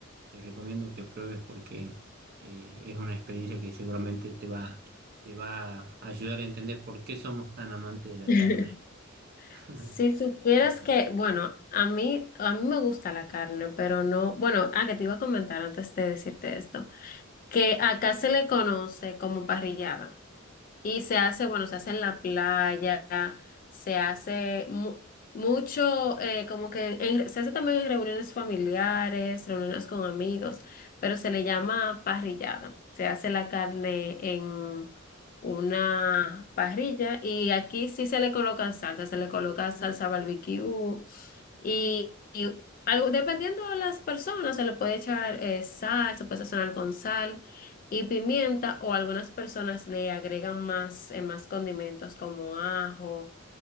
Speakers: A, on the right (about 50°); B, on the left (about 45°).
A: te recomiendo que pruebes porque eh, es una experiencia que seguramente te va, te va a ayudar a entender por qué somos tan amantes de la
B: <laughs>
A: carne. <laughs>
B: Si supieras
A: Así
B: que,
A: que.
B: bueno, a mí, a mí me gusta la carne, pero no, bueno, ah, que te iba a comentar antes de decirte esto, que acá se le conoce como parrillada. Y se hace, bueno, se hace en la playa, se hace mu- mucho, eh, como que en- se hace también en reuniones familiares, reuniones con amigos, pero se le llama parrillada. Se hace la carne en una parrilla y aquí sí se le colocan salsa, se le coloca salsa barbecue, y, y algo, dependiendo de las personas, se le puede echar eh, sal, se puede sazonar con sal y pimienta, o algunas personas le agregan más, eh, más condimentos como ajo,